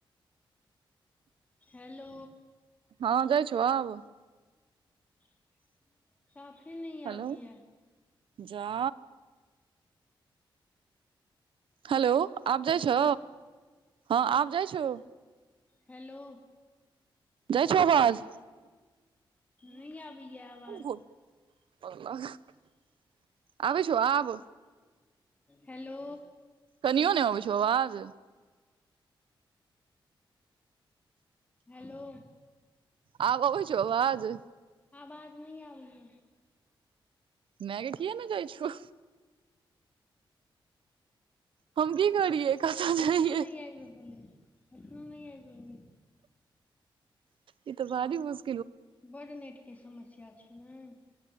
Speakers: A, on the left; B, on the right.
A: हेलो
B: हँ जाय छौ आब
A: <inaudible> साफे नहि
B: हेलो
A: आबैया।
B: जा हेलो आब
A: हेलो
B: जाइ छौ हँ आब जाइ छो।
A: हेलो
B: जाइ छौ आबाज
A: नइ आबैये आवाज
B: भोट <unintelligible> आबै छौ आब
A: हेलो
B: कनियो नहि आबै छौ आवाज
A: हेलो
B: आब अबै छौ आवाज
A: आबाज नहि आबै ये।
B: मेऽ गे किये नहि जाइ छौ। हम की करियै कतऽ जइयै
A: अखनो नहि आबि रहल अ। एखनो नहि आबि रहल ये।
B: ई तऽ भारी मुस
A: बड नेटके समस्या छैन।